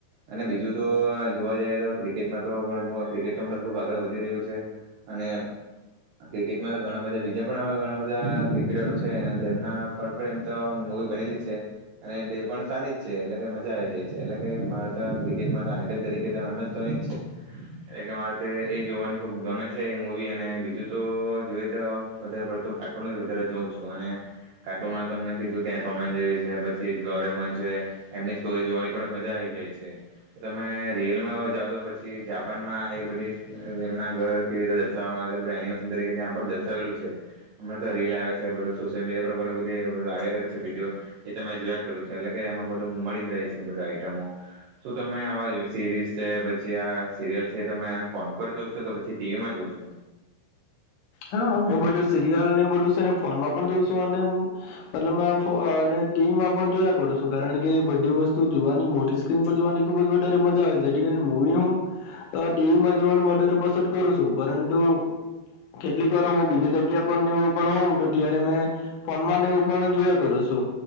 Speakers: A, on the right; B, on the left.
A: અને બીજું તો જોવા જઈએ તો ક્રિકેટમાં તો ઘણું <unintelligible> ક્રિકેટ તો હમણાં ખૂબ આગળ વધી રહ્યું છે. અને ક્રિકેટમાં તો ઘણા બધા બીજા પણ આવા ઘણા બધા ક્રિકેટરો છે, તેમના પર પણ એમ તો મૂવી બનેલી છે અને તે પણ સારી જ છે એટલે કે મજા આવી જાય છે, એટલે કે મા <unintelligible> ક્રિક્રેટમા તો આઈડલ તરીકે તો એમ એસ ધોની જ છે, એટલે કે મારે તે એ જોવાની ખુબ ગમે છે એ મુવી. અને બીજું તો જોઈએ તો વધારે પડતું કાર્ટૂન જ વધારે જોઉં છું અને કાર્ટૂનમાં તમે કીધું કે આ ટોમ એન્ડ જેરી છે, પછી દોરેમોન છે, એમની સ્ટોરી જોવાની પણ મજા આવી જાય. છે. તમે રીલમાં <unintelligible> જાવ તો પછી જાપાનમાં એ બધી એમના ઘર કેવી રીતે દર્શાવવામાં આવે છે, બધા એનિમેશન તરીકે ત્યાં પણ દર્શાવેલું છે. હમણાં તો રીલ આવે છે બધું સોશિયલ મીડિયા પર <unintelligible> ઘણું બધું આવ્યા કરે છે વિડીયો એ તમે જોયા કરું છે એટલે કે એમાં બધું મળી જ રહે છે બધું આઈટમ. શું તમે આવા સિરીઝ છે, પછી આ સીરિયલ છે તમે આ ફોન પર જોવ છો કે પછી ટીવીમાં જોવ છો?
B: હા હું બધું સીરિયલને એવું બધું છેને ફોનમાં પણ જોઉ શું અને મતલબમાં ફ અહ અને ટીવીમાં પણ જોયા કરું સું કારણ કે બધી વસ્તુ જોવાની મોટી સ્ક્રીન પર જોવાની ખુબ જ વધારે મજા આવે, જેથી કરીને મૂવી હું અહ ટીવીમાં જોવાનું વધારે પસંદ કરું સું. પરંતુ કેટલીક વાર હું બીજી જગ્યા પણ ને એવું પણ હોઉં તો ત્યારે મેં ફોનમાં ને એવું પણ જોયા કરું છું.